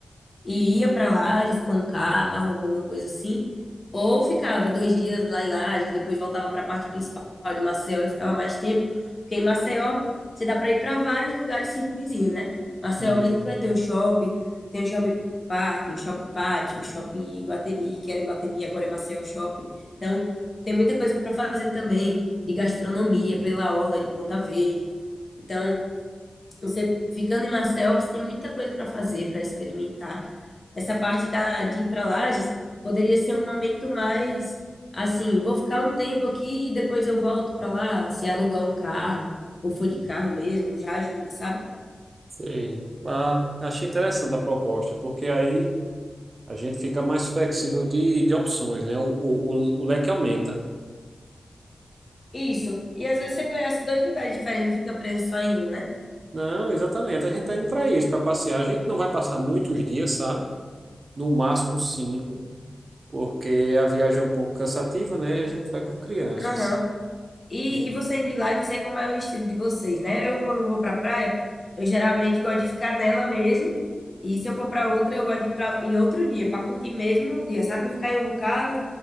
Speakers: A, on the left; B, on the right.
A: e ia pra Lages com um carro, com alguma coisa assim, ou ficava dois dias lá em Lages, depois voltava pra parte principal de Maceió e ficava mais tempo, porque em Maceió você dá pra ir pra vários lugares circunvizinhos, né? Maceió
B: um,
A: mesmo que vai ter o shopping, tem o shopping parking, o shopping pátio, o shopping Iguatemi, que era Iguatemi, agora é Maceió Shopping. Então, tem muita coisa pra fazer também, de gastronomia pela orla de Ponta Verde. Então, você ficando em Marcel, você tem muita coisa para fazer, para experimentar. Essa parte da, de ir para Lages poderia ser um momento mais assim, vou ficar um tempo aqui e depois eu volto para lá, se alugar um carro ou for de carro mesmo, já ajuda, sabe?
B: sei. Ah, achei interessante a proposta, porque aí a gente fica mais flexível de, de opções, né? O, o, o leque aumenta.
A: Isso. E às vezes você conhece dois lugares diferentes, não fica preso só em um, né?
B: Não, exatamente. A gente está indo para isso, para passear. A gente não vai passar muitos dias, sabe? No máximo cinco. porque a viagem é um pouco cansativa, né? E a gente vai com crianças.
A: Aham. E,
B: Hum.
A: e você indo lá, eu não sei como é o estilo de vocês, né? Eu, quando vou pra praia, eu geralmente gosto de ficar nela mesmo. E se eu for pra outra, eu gosto de ir pra, em outro dia, pra curtir mesmo o dia, sabe? Não ficar em um bocado